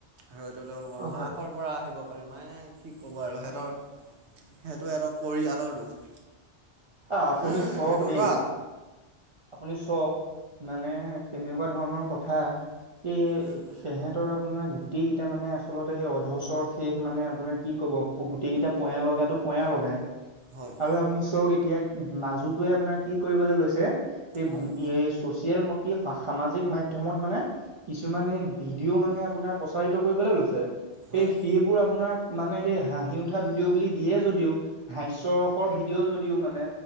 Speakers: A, on the right; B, on the right.
A: হয়তো তেওঁলোকৰ
B: অ
A: মাকৰ
B: হয়।
A: পৰা আহিব পাৰে, মানে কি ক'ব আৰু সিহঁতৰ সেইটো সিহঁতৰ পৰিয়ালৰ দুখ।
B: অ আপুনি
A: উম
B: চক
A: সেইটো
B: দেই
A: অতৰা
B: আপুনি চোৱক মানে কেনেকুৱা ধৰণৰ কথা, এই
A: উম
B: তেহেঁতৰ আপোনাৰ গোটেইগিতা মানে আচলতে সেই অধচৰ শেষ মানে আপোনাৰ কি ক'ব গোটেই কেইটাটা পয়া লগাটো পয়া লগাই।
A: হয়।
B: আপোনি চৱক এতিয়া মাজুটোৱে আপোনাৰ কি কৰিবলে লৈছে এই
A: হয়
B: এ চচিয়েল ম কি সামাজিক মাধ্যমত মানে, কিছুমানে ভিডিঅ' মানে আপোনাৰ প্ৰচাৰিত কৰিবলৈ লৈছে,
A: হয়
B: সেই সেইবোৰ আপোনাৰ মানে সেই হাঁহি উঠা ভিডিঅ' বুলি দিয়ে যদিও, হাস্যৰসৰ ভিডিঅ' যদিও মানে